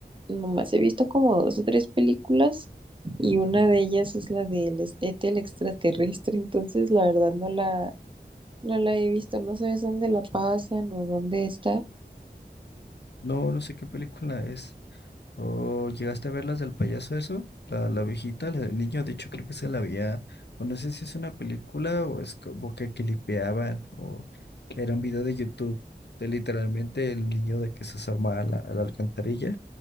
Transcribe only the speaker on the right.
nomás he visto como dos o tres películas y una de ellas es la del es- ET el extraterrestre, <laughs> entonces la verdad no la, No la he visto, no sabes dónde la pasan o dónde está.